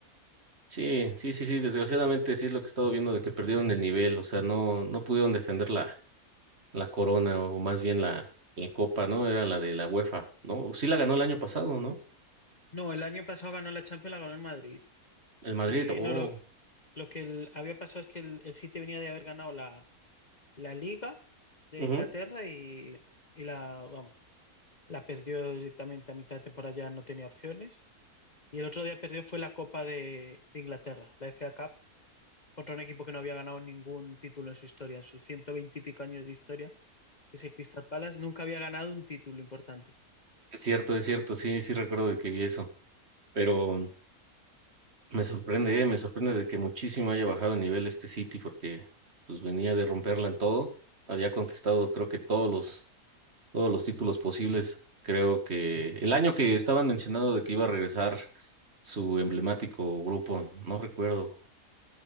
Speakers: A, on the right; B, on the left.
A: sí, sí, sí, sí, desgraciadamente sí es lo que he estado viendo de que perdieron el nivel, o sea, no, no pudieron defender la, la corona o más bien la, la copa, ¿no? Era la de la UEFA, ¿no? Sí la ganó el año pasado, ¿no?
B: No, el año pasado ganó la Champions, la ganó el Madrid.
A: El Madrid,
B: Y
A: oh.
B: no, lo, Lo que el- había pasado es que el, el City venía de haber ganado la, la Liga de
A: ujú.
B: Inglaterra y, y la, vamos, la perdió directamente a mitad de temporada, ya no tenía opciones. Y el otro día perdió fue la Copa de, de Inglaterra, la FA Cup, contra un equipo que no había ganado ningún título en su historia, en sus 120 y pico años de historia, que es el Crystal Palace, nunca había ganado un título importante.
A: Es cierto, es cierto, sí, sí recuerdo de que vi eso, pero me sorprende, eh, me sorprende de que muchísimo haya bajado de nivel este City porque pues venía de romperla en todo, había conquistado creo que todos los todos los títulos posibles, creo que el año que estaban mencionando de que iba a regresar su emblemático grupo, no recuerdo,